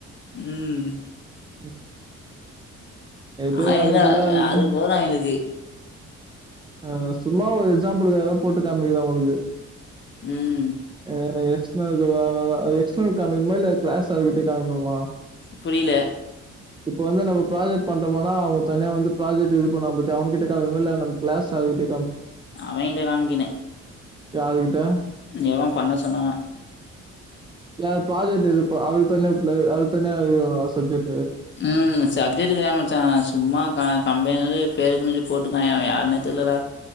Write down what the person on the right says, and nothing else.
ம் எப்படியோ
வேல்யூபிளா அதுக்கு
ஆ சும்மா ஒரு எக்ஸாம்பிள்காக போட்டு காமிக்கறே உங்களுக்கு
அ எக்ஸ்னவ் வ வா எக்ஸ்னவ் காமிக்கனுமா இல்ல கிளாஸ் ஆகிட்ட காமிக்கனுமா
இப்போ வந்து நம்ம ப்ராஜக்ட் பண்றோமானா அவங்க தனியா வந்து ப்ராஜக்ட் இது பண்ண பத்தியா அவங்கிட்ட இல்ல போ கிளாஸ் அதுக்கிட்ட
யாரு கிட்ட
ய ப்ராஜெக்ட் இது பா அதுக்கு தானே அதுக்கு தனி இது சப்ஜெக்ட்